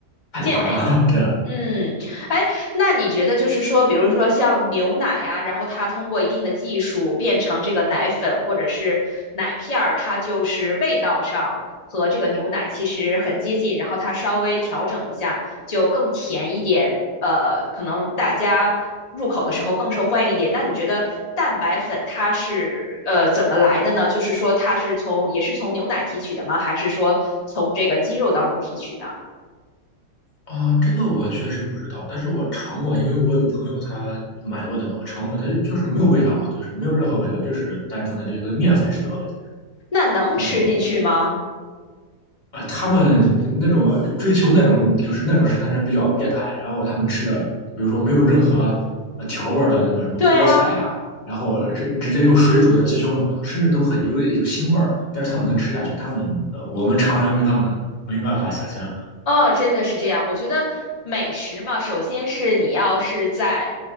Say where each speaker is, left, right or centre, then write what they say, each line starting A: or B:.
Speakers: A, on the left (about 35°); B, on the left (about 60°).
A: 太夸张，
B: 健美！
A: <laughs> 这。
B: 嗯，哎，那你觉得就是说，比如说像牛奶呀、然后它通过一定的技术变成这个奶粉或者是奶片儿，它就是味道上和这个牛奶其实很接近，然后它稍微调整一下就更甜一点，呃，可能大家入口的时候更受欢迎一点。那你觉得蛋白粉它是呃怎么来的呢？就是说它是从也是从牛奶提取的吗？还是说从这个鸡肉当中提取的？
A: 啊，这个我确实不知道，但是我尝过，因为我有朋友他买过那个，我尝过，它就是没有味道啊，就是没有任何味道，就是单纯的就跟面粉似的，我感
B: 那能吃进去吗？
A: 觉就啊、呃他们那种追求那种就是那种生态人比较变态，然后他们吃的，比如说没有任何呃调味儿的那个什么菠菜呀、
B: 对啊，
A: 然后是直接用水煮的鸡胸肉，甚至都很有有腥味儿，但是他们能吃下去，他们呃我们常人跟他们没办法想象。
B: 呃，真的是这样。我觉得美食嘛，首先是你要是在